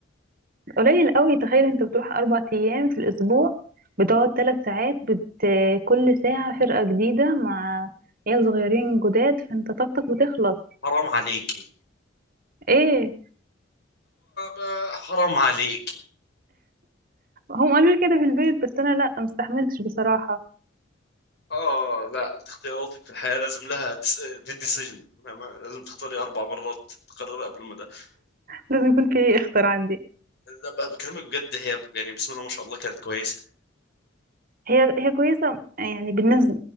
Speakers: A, on the right (about 50°); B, on the left (about 60°).
A: قليل قوي تخيل انت بتروح اربع ايام في الاسبوع بتقعد ثلاث ساعات بت... كل ساعة فرقة جديدة مع عيال صغيرين جداد فانت طاقتك بتخلص
B: حرام عليكي
A: ايه
B: آه، حرام عليكي
A: هم قالوا لي كده في البيت بس انا لا مستحملتش بصراحة
B: اه لا انت اختياراتك في الحياه لازم لها دي ديسيجن لازم تختاري اربع مرات تقرري قبل ما ده
A: لازم يكون في اختر عندي
B: لا ب- بكلمك بجد هي يعني بسم الله ما شاء الله كانت كويسه
A: هي هي كويسة يعني بالنسبة